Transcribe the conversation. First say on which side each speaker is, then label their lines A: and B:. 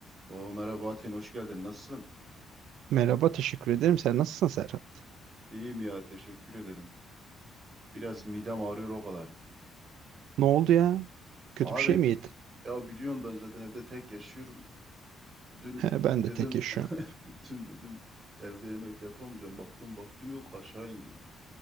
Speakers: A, on the right; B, on the right.
A: Oo merhaba Atin hoş geldin. Nasılsın?
B: Merhaba, teşekkür ederim. Sen nasılsın Serhat?
A: İyiyim ya teşekkür ederim. Biraz midem ağrıyor o kadar.
B: Ne oldu ya? Kötü
A: Abi
B: bir şey mi yedin?
A: ya biliyorsun ben zaten evde tek yaşıyorum. Dün
B: He, ben
A: dedim
B: de tek yaşıyorum.
A: <laughs> dün dedim evde yemek yapamayacağım. Baktım baktım yok aşağı indim.